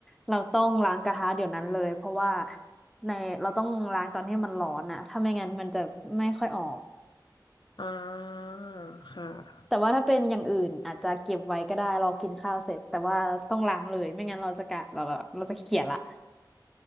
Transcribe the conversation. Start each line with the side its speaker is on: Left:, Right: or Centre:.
Centre: เราต้องล้างกระทะเดี๋ยวนั้นเลย เพราะว่าในเราต้องล้างตอนที่มันร้อนอะถ้าไม่งั้นมันจะไม่ค่อยออก
Left: อ่าค่ะ
Centre: แต่ว่าถ้าเป็นอย่างอื่นอาจจะเก็บไว้ก็ได้เรากินข้าวเสร็จแต่ว่าต้องล้างเลย ไม่งั้นเราจะกะเราเราเราจะขี้เกียจละ